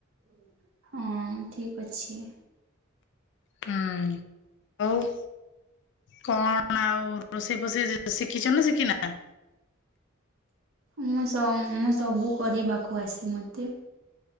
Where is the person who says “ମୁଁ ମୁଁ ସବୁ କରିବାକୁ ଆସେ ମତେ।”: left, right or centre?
Right